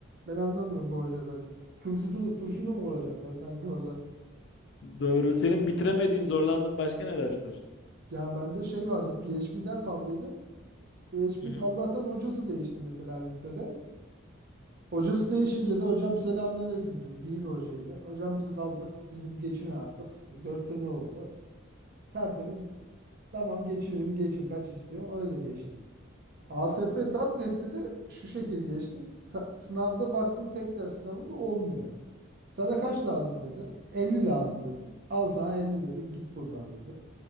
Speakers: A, on the right (about 45°); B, on the left (about 55°).
A: ben anlamıyorum bu hocaları. Turşusunu turşunu mu kuracaklar sanki orada?
B: Doğru. Senin bitiremediğin zorlandığın başka ne dersler?
A: Ya bende şey vardı PHP'den kaldıydım. PHP'de
B: Hı hı.
A: Allah'tan hocası değişti mesela bizde de. Hocası değişince de hocam selamünaleyküm dedik. İyi bir hocaydı. Hocam biz kaldık. Bizi bir geçirin artık. dört sene oldu. Tertemiz Tamam geçiririm geçin kaç istiyorsun öyle geçtik. ASP.NET'te de şu şekil geçtik. Sa- sınavda baktım tek ders sınavında olmuyor. Sana kaç lazım dedi. 50 lazım dedim. Al sana 50 dedi. Git buradan dedi.